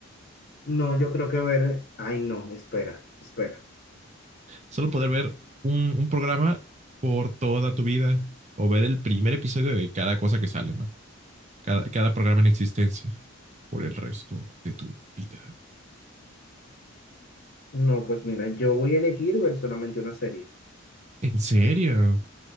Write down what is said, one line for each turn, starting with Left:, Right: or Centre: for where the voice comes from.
Left: No, yo creo que ver. Ay, no, espera, espera.
Right: Solo poder ver un, un programa por toda tu vida o ver el primer episodio de cada cosa que sale, ¿no? Cada, cada programa en existencia por el resto de tu vida.
Left: No, pues mira, yo voy a elegir ver solamente una serie.
Right: ¿En serio?